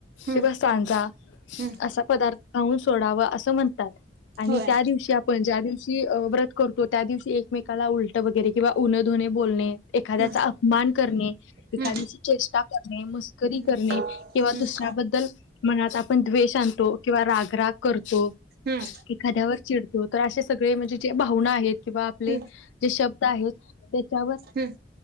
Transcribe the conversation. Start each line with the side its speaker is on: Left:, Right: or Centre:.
Right: हम्म
Left: तेव
Right: हम्म हम्म
Left: सांजा
Right: हम्म
Left: असा पदार्थ घाऊन सोडावा असं म्हणतात. आणि
Right: होय
Left: त्या दिवशी आपण ज्या दिवशी व्रत करतो त्या दिवशी एकमेकाला उलट वगैरे किंवा उन धुन बोलणे एखाद्याचा
Right: हम्म
Left: अपमान करणे एखाद्याची
Right: हम्म
Left: चेष्टा करणे मस्करी
Right: हम्म
Left: करणे किंवा
Right: हम्म
Left: दुस बद्दल मनात आपण द्वेष आणतो किंवा रागराग करतो.
Right: हम्म
Left: एखाद्यावर चिडतो तर असे सगळे म्हणजे जे भावना आहेत किंवा आपले
Right: हम्म
Left: जे शब्द आहेत. त्याच्यावर
Right: हम्